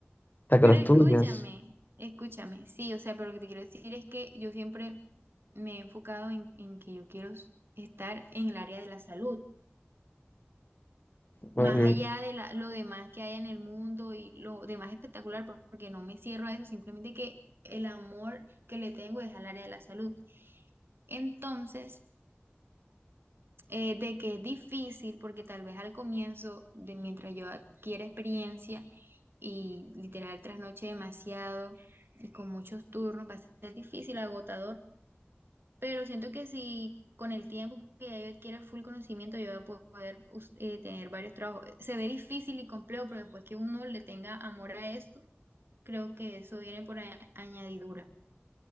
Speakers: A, on the left; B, on the right.
A: hasta
B: pero
A: que lo estudias.
B: escúchame, escúchame, sí, o sea, pero lo que te quiero decir es que yo siempre me he enfocado en, en que yo quiero estar en el área de la salud
A: Como
B: más allá de la- lo demás que haya en el mundo y lo demás espectacular, por- porque no me cierro a eso, simplemente que el amor que le tengo es al área de la salud. Entonces, eh, de que es difícil, porque tal vez al comienzo, de mientras yo adquiera experiencia y literal trasnoche demasiado y con muchos turnos, va a ser difícil, agotador, pero siento que si con el tiempo que ya yo adquiera full conocimiento, yo voy a po- poder us- eh, tener varios trabajos. Se ve difícil y complejo, pero después que uno le tenga amor a esto, creo que eso viene por a- añadidura.